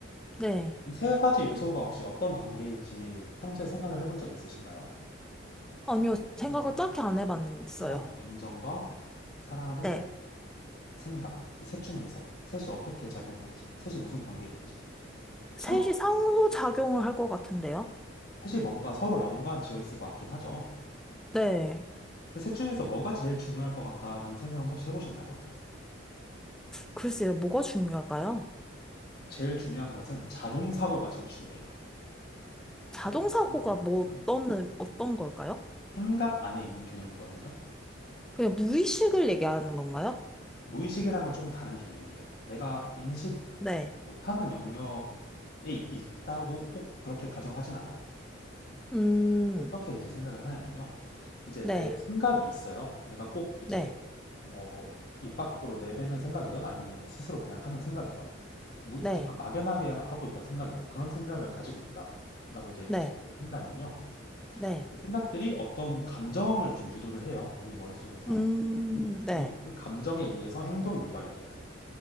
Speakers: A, in the centre; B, on the left.
A: 네.
B: 이 세 가지 요소가 혹시 어떤 관계일지 평소에 생각을 해본 적 있으신가요?
A: 아니요,
B: 사람의
A: 생각을
B: 행동과
A: 딱히 안 해봤어요.
B: 사람의 감정과 사람의
A: 네.
B: 생각, 이 셋 중에서 셋이 어떻게 작용할지, 셋이 무슨 관계일지.
A: 셋이
B: 처음
A: 상호작용을 할 것 같은데요.
B: 셋이 뭔가 서로 연관 지어 있을 것 같긴 하죠.
A: 네.
B: 그 셋 중에서 뭐가 제일 중요할 것 같다라는 생각은 혹시 해보셨나요?
A: 글쎄요, 뭐가 중요할까요?
B: 제일 중요한 것은 자동 사고가 제일 중요해요.
A: 자동사고가
B: 자동 사고라는 개념은
A: 뭐 어떤, 어떤 걸까요?
B: 생각 안에 있는 개념이거든요.
A: 그냥 무의식을 얘기하는 건가요?
B: 무의식이랑은 조금 다른 개념이에요. 내가 인식하지
A: 네.
B: 못하는 영역에 있다고 꼭 그렇게 가정하진 않아요.
A: 음,
B: 어떻게 이제 생각을 하냐면요. 이제
A: 네,
B: 내 생각이 있어요. 내가 꼭 이제
A: 네,
B: 뭐 입 밖으로 내뱉는 생각이든 아니면 스스로 그냥 하는 생각이든 무-
A: 네,
B: 약간 막연하게 하고 있던 생각이든 그런 생각을 가지고 있다라고 이제
A: 네,
B: 전제를 한다면요.
A: 네.
B: 그 생각들이 어떤 감정을 좀 유도를 해요. 우리 머릿속에서.
A: 음, 네,
B: 그리고 그 감정에 의해서 행동이 유발이 돼요.